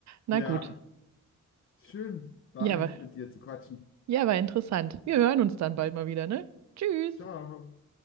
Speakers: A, on the right; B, on the left.
A: Na
B: Ja,
A: gut.
B: schön, war
A: Ja,
B: nett
A: war,
B: mit dir zu quatschen.
A: ja, war interessant. Wir hören uns dann bald mal wieder, ne? Tschüss.
B: Ciao.